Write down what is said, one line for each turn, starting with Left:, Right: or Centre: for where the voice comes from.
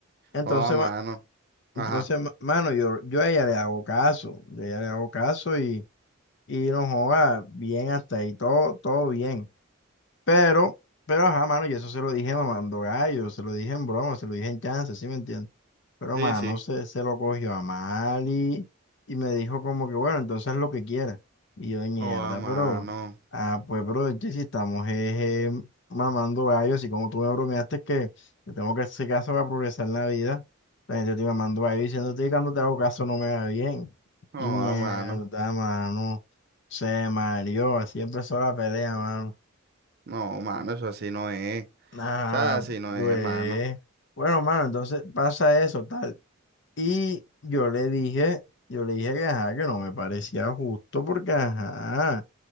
Left: Entonces,
Right: Oh, a mano.
Left: ma-
Right: Ajá,
Left: entonces, ma- mano, yo, yo a ella le hago caso, yo a ella le hago caso y, y no joda, bien hasta ahí, todo, todo bien. Pero, pero ajá, mano, y eso se lo dije mamando gallo, se lo dije en broma, se lo dije en chance, ¿sí me entiendes? Pero,
Right: sí,
Left: mano,
Right: sí.
Left: se, se lo cogió a mal y, y me dijo como que, bueno, entonces lo que quiera. Y yo, mierda,
Right: Oh, a mano.
Left: pero, ah, pues, bro, che, si estamos eh, eh, mamando gallo, así como tú me bromeaste que te tengo que hacer caso para progresar en la vida, la gente te mamando gallo diciéndote que cuando te hago caso no me va bien.
Right: Oh,
Left: Y mierda,
Right: a mano.
Left: mano, se mareó, así empezó la pelea, mano.
Right: No, mano, eso así no es.
Left: Ah,
Right: sea, así no
Left: pues.
Right: es, mano.
Left: Bueno, mano, entonces pasa eso, tal. Y yo le dije, yo le dije que ajá, que no me parecía justo porque ajá,